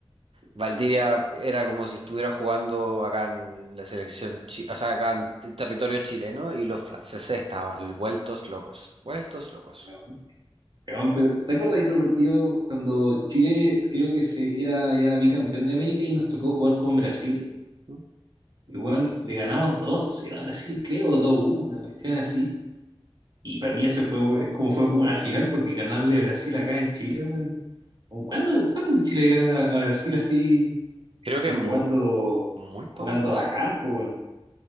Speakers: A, on the right; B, on the right.
A: Valdivia
B: Sí, bueno.
A: era como si estuviera jugando acá en la selección, chi- o sea, acá en t- territorio chileno y los franceses estaban vueltos locos, vueltos locos.
B: no, weón, pero- ¿Te acuerdas de otro partido cuando Chile creo que se era ya bicampeón de América y nos tocó jugar con Brasil?
A: Mm.
B: Y bueno, le ganamos dos cero a Brasil, creo, dos uno una cuestión así. Y para mí eso fue, es como fue como una final, porque ganarle a Brasil acá en Chile, bueno. ¿Cuándo, cuándo Chile gana a a Brasil así?
A: Creo que
B: y
A: mu-
B: jugando,
A: muy pocas
B: jugando
A: veces.
B: a campo, weón.
A: Mm.